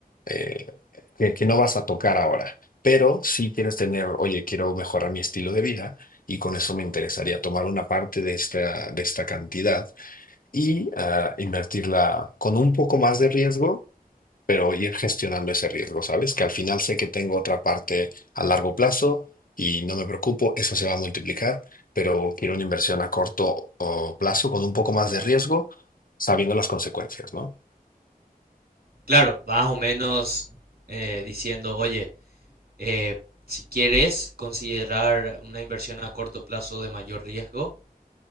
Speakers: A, on the left (about 65°); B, on the right (about 70°).
A: eh, que que no vas a tocar ahora. Pero si quieres tener, oye, quiero mejorar mi estilo de vida y con eso me interesaría tomar una parte de esta, de esta cantidad y ah, invertirla con un poco más de riesgo, pero ir gestionando ese riesgo, ¿sabes? Que al final sé que tengo otra parte a largo plazo y no me preocupo, eso se va a multiplicar, pero quiero una inversión a corto o plazo con un poco más de riesgo, sabiendo las consecuencias, ¿no?
B: claro, más o menos eh, diciendo, oye, eh, si quieres considerar una inversión a corto plazo de mayor riesgo,